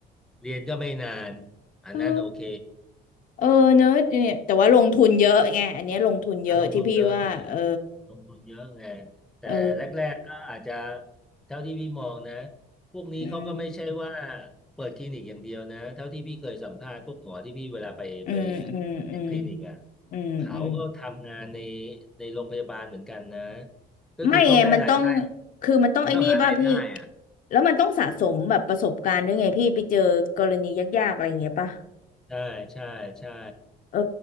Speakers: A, in the centre; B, on the left.
A: เรียนก็ไม่นานอันนั้นโอเค
B: เออ เออเนอะเนี่ยแต่ว่าลงทุนเยอะไงอันเนี้ยลงทุนเยอะที่พี่ว่าเออ
A: อ่ะลงทุนเยอะสิฮะลงทุนเยอะไงแต่แรกๆก็อาจจะ
B: เออ
A: เท่าที่พี่มองนะพวกนี้เขาก็ไม่ใช่ว่า
B: อืม
A: เปิดคลินิกอย่างเดียวนะเท่าที่พี่เคยสัมภาษณ์พวกหมอที่พี่เวลาไปไป
B: อืมอืมอืม
A: คลินิกอ่ะ
B: อืมอืม
A: เขาก็ทำงานในในโรงพยาบาลเหมือนกันนะก็คือเขาได้รายได้
B: ไม่ไงมันต้องคือมันต้องไอ้นี่ป่ะพี่
A: มันต้องหารายได้อ่ะ
B: แล้วมันต้องสะสมแบบประสบการณ์ด้วยไงพี่ไปเจอกรณียากๆอะไรอย่างเงี้ยป่ะ
A: ใช่ใช่ใช่
B: เออ